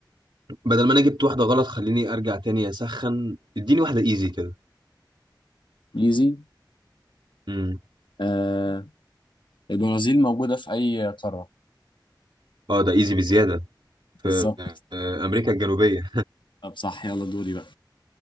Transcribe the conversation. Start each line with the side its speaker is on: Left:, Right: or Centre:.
Right: بدل ما أنا جبت واحدة غلط خليني أرجع تاني أسخن اديني واحدة إيزي كده
Left: ايزي
Right: امم
Left: آه البرازيل موجودة في اي قارة
Right: أه ده إيزي بزيادة في
Left: بالظبط
Right: آه، أمريكا الجنوبية
Left: طب صح يلا دوري بقى